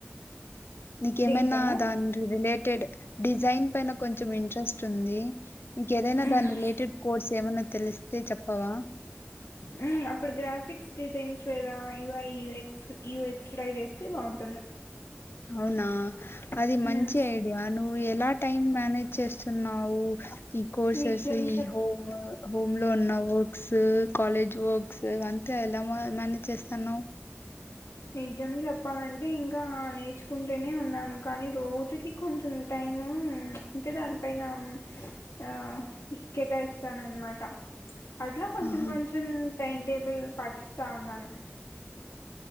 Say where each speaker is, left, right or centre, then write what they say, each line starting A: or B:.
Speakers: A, on the left (about 55°); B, on the left (about 80°).
A: నీకేమైనా
B: దేనిపైన
A: దాని రిలేటెడ్ డిజైన్ పైన కొంచెం ఇంట్రెస్ట్ ఉంది నీక ఏదైనా
B: మ్మ్.
A: దాని రిలేటెడ్ కోర్స్ ఏమైనా తెలిస్తే చెప్పవా
B: హ్మ్ అప్పుడు గ్రాఫ్ ఫిక్స్ డిజైన్స్ లేేదా U I U X you ఎక్స్డై చేస్ తే బాగుంటుంది
A: అవునా అది మంచి
B: ఉమ్,
A: ఐడియా నువ్వు ఎలా టైం మేనేజ్ చేస్తున్నావు ఈ కోర్సెస్
B: నిజం చెప్
A: ఈ హోమ్ హోమ్ లో ఉన్నావు క్ సు కాలేజ్ వర్క్స్ అవంతా ఎలా మేనేజ్ చేస్తాన్నా
B: నిజం చెప్పాలంటే ఇంకా నేర్చుకుంటేనే ఉన్నాను కానీ రోజుకి కొంచెం టైము అంటే దానిపైన ఆ కేటాయిస్తాన అనమాట అట్లా కొంచెం
A: ఆహా
B: కొంచెం టైమ్ టేబుల్ పాటిస్తా ఉన్నాను